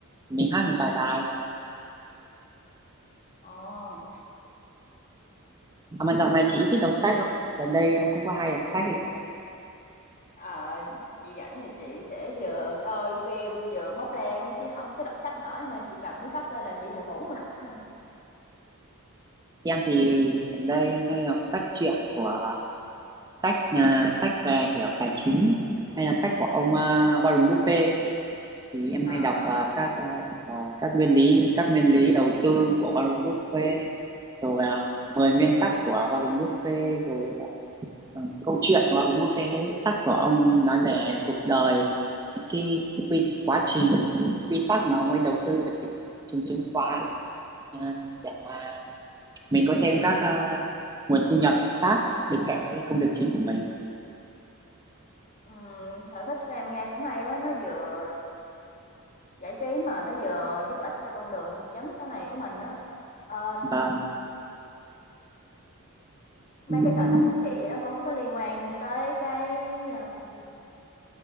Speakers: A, on the right (about 15°); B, on the left (about 35°).
A: mình hát một vài bài
B: Ồ,
A: à, mà dạo này chị thích đọc sách không gần đây em cũng có hay đọc sách đấy chị ạ
B: ờ, chị rảnh thì chị sẽ vừa coi phim vừa móc len á chứ không có đọc sách nổi mà chị cầm cuốn sách lên là chị buồn ngủ à.
A: em thì gần đây hay đọc sách truyện của sách à, sách về kiểu tài chính hay là sách của ông à, Warren Buffett ấy chị thì em
B: Ờ,
A: hay đọc à, các à, à, các nguyên lý các nguyên lý đầu tư của Warren Buffett rồi uh, 10 nguyên tắc của Warren Buffett rồi à, à, câu chuyện của Warren Buffett sách của ông nói về cuộc đời cái quy, quá trình những quy tắc mà ông ấy đầu tư vào thị trường chứng khoán à, để mà mình có thêm các à, nguồn thu nhập khác bên cạnh cái công việc chính của mình
B: ừm, sở thích của em nghe cũng hay quá, nó vừa giải trí mà nó vừa giúp ích cho con đường học vấn sau này của mình á. Ờ,
A: và
B: Mấy
A: ừm,
B: cái sở thích của chị thì nó cũng không có liên quan tới cái, ờm,